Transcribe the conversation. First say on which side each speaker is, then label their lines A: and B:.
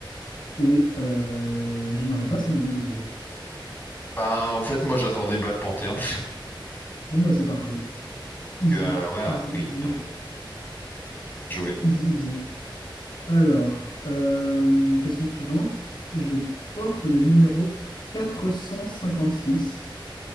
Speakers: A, on the left; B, on the left.
A: et euh, je n'aurai pas son nom, désolé.
B: Ben, en fait, moi, j'attendais Black Panther. <laughs>
A: Bon, bah, c'est parfait. Easy,
B: Que, euh, ouais, après,
A: easy, easy,
B: il vient jouer.
A: easy, easy. Alors, euh, question suivante. Je porte le numéro 456.